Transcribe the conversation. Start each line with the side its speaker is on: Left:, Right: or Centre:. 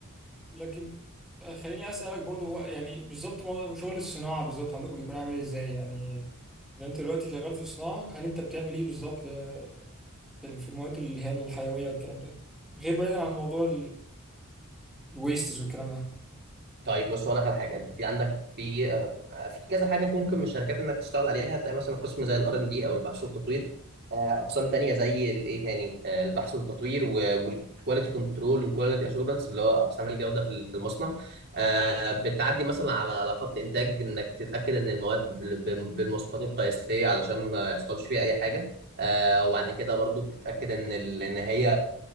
Centre: لكن آه، خليني اسالك برضو هو يعني بالظبط مو- شغل الصناعه بالظبط عندكم بيكون عامل إيه ازاي يعني لو انت دلوقتي شغال في صناعه هل انت بتعمل ايه بالظبط آه، في في المواد اللي هي الحيويه والكلام ده غير بعيدا عن موضوع الويستس والكلام ده
Right: طيب بص اقول لك على حاجه انت في عندك في آه، في كذا حاجه في ممكن من الشركات انك تشتغل عليها هتلاقي مثلا قسم زي الار ان دي او البحث والتطوير آه، اقسام تانية زي الايه تاني آه، البحث والتطوير والكواليتي كنترول والكواليتي اشورنس اللي هو اقسام الجوده في في المصنع آه، بتعدي مثلا على علاقات انتاج انك تتاكد ان المواد بال- بال- بالمواصفات القياسيه علشان ما يحصلش فيها اي حاجه آه، وبعد كده برضو بتتاكد ان ال- ان هي